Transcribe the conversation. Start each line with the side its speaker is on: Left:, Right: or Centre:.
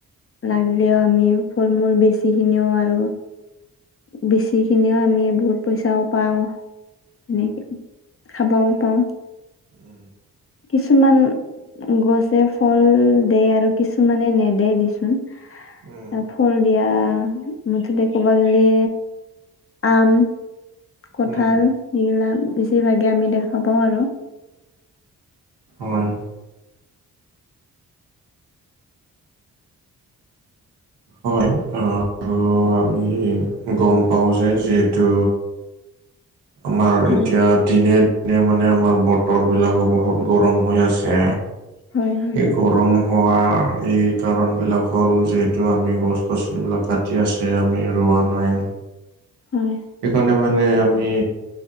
Left: লাগিলেও আমি ফল মূল বেছিখিনিও আৰু বেছিখিনিও আমি বহুত পইচাও পাওঁ এনেকৈ
Right: হয়
Left: খাবও পাৰো
Right: উম
Left: কিছুমান গছে ফল দে আৰু কিছুমানে নেদে দিচোন
Right: উম
Left: ফল দিয়া মুঠতে ক'ব গলে আম কঁঠাল
Right: উম
Left: এইবিলাক বেছিভাগে আমি দেখা পাওঁ আৰু
Right: হয় হয় আৰু আমি গম পাওঁ যে যিহেতু আমাৰ
Left: হয়
Right: এতিয়া দিনে এনে মানে আমাৰ বতৰ বিলাকো বহুত গৰম হৈ আছে
Left: হয় হয়
Right: এই গৰম হোৱা এই কাৰণবিলাক হ'ল যিহেতু আমি গছ গছনিবিলাক কাট কাটি আছে আমি ৰোৱা নাই।
Left: হয়
Right: সেইকাৰণে মানে আমি